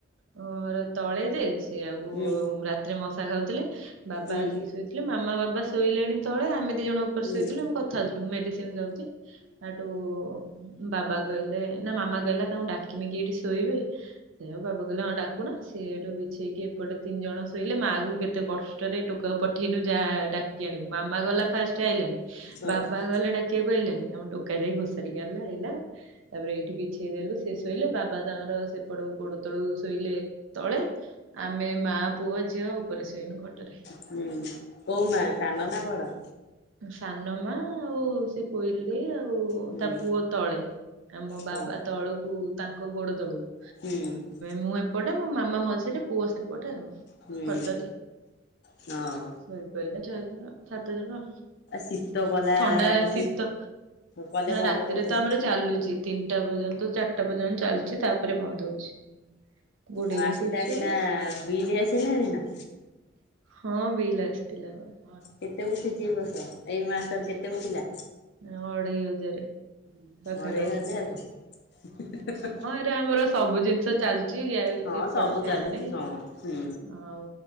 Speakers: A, on the right (about 85°); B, on the left (about 60°).
A: ଉଁ ର ତଳେ ଯେ। ସେଆକୁ
B: ହୁଁ
A: ରାତିରେ ମଶା ଖାଉଥିଲେ ବାବା
B: ହୁଁ
A: ଆସି କି ଶୋଇଥିଲେ ମାମା ବାବା ଶୋଇଲେଣି ତଳେ ଆମେ ଦି ଜଣ ଉପରେ
B: ହୁଁ
A: ଶୋଇଥିଲୁ ଆମେ କଥାହଉଥିଲୁ ମେଡିସିନ ଯାଉଚି ହେଇଠୁ ବାବା କହିଲେ ନା ମାମା କହିଲା ତାଙ୍କୁ ଡାକିମି କି ଏଇଠି ଶୋଇବେ? ସେଉ ବାବା କଇଲେ ହଁ ଡାକୁନ। ସେଏଠୁ ବିଛେଇକି ଏପଟେ ତିନିଜଣ ଶୋଇଲେ ମାଆକୁ କେତେ କଷ୍ଟରେ ଟୋକକୁ ପ ଠେନୁ ଯା ଡା କି ଆଣିବୁ। ମାମା ଗଲା ଫାଷ୍ଟ ଆଇଲାନି
B: କୋଉ
A: ବାବା ଗଲେ ଡାକିବାକୁ ଆଇଲାନି ଆମ ଟୋକା ଯାଇ ଘୋଷାଡ଼ି କି ଆଣିଲା ଆଇଲା। ତାପରେ ଏଇଠି ବିଛେଇ ଦେଲୁ ସେ ଶୋଇଲେ ବାବା ତାଙ୍କର ସେପଟ ଗୋଡ ତଳୁ କୁ ଶୋଇଲେ ତଳେ ଆମେ ମା ପୁଅ ଝିଅ ଉପରେ ଶୋଇନୁ ଖଟରେ।
B: ହୁଁ କୋଉ ମା ସାନ ନା ବଡ?
A: ସାନମା ଆଉ ସେ କୋଇଲି ଦେଇ ଆଉ
B: ହୁଁ
A: ତା ପୁଅ ତଳେ ଆ ମୋ ବାବା
B: ହଁ
A: ତଳକୁ ତାଙ୍କ ଗୋଡ ତଳକୁ।
B: ହୁଁ।
A: ମୁଁ ଏପଟେ ମୋ ମାମା ମଝିରେ ପୁଅ ସେପଟେ ଆଉ।
B: ହୁଁ
A: ଖଟରେ
B: ହଁ ଆଉ
A: ଶୋଇ ପଡ଼ିଲେ ଛଅ ଜଣ ସାତ ଜଣ।
B: ଶୀତ କଲା
A: ଥଣ୍ଡା
B: ଶୀ
A: ଶୀତ
B: କଲେ ବନ୍ଦ
A: ରାତିରେ
B: କରିଦଉଛୁ
A: ତ ଆମର ଚା ଚାଲୁଚି ତିନିଟା ପର୍ଯ୍ୟନ୍ତ ଚାରିଟା ପର୍ଯ୍ୟନ୍ତ ଚାଲୁଚି ତାପରେ ବନ୍ଦ ହଉଚି। ଘୋଡେଇକି
B: ଆଉ ଆସିଲାଣି
A: ଶୋଉଛୁ
B: ନା ବିଲ ଆସିଲାଣିି ନା?
A: ହଁ ବିଲ ଆସିଥିଲା ବା।
B: କେତେ ଉଠିଚି ଏ ବର୍ଷ ଏଇ ମାସରେ କେତେ ଉଠିଲା?
A: ଅଢ଼େଇ ହଜାରେ। ପାଖାପାଖି।
B: ଅଢେଇ ହଜାରେ?
A: ଏ ଆମର ସବୁ ଜିନିଷ ଚାଲିଚି
B: ହଁ
A: ଏପଟ
B: ସବୁ
A: ଫ୍ୟାନ
B: ଚାଲୁଛି ହଁ ହୁଁ
A: ଆଉ